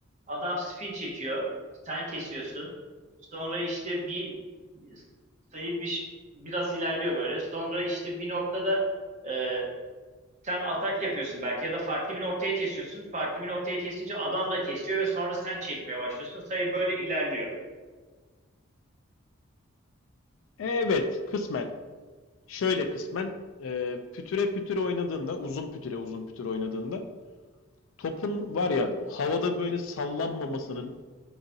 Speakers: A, on the right; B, on the left.
A: Adam spin çekiyor. Sen kesiyorsun. Sonra işte bir sayı bir, biraz ilerliyor böyle. Sonra işte bir noktada e, sen atak yapıyorsun belki ya da farklı bir ortaya kesiyorsun. Farklı bir ortaya kesince adam da kesiyor ve sonra sen çekmeye başlıyorsun. Sayı böyle ilerliyor.
B: Evet, kısmen. Şöyle kısmen e, pütüre pütüre oynadığında, uzun pütüre uzun pütüre oynadığında topun var ya havada böyle sallanmamasının,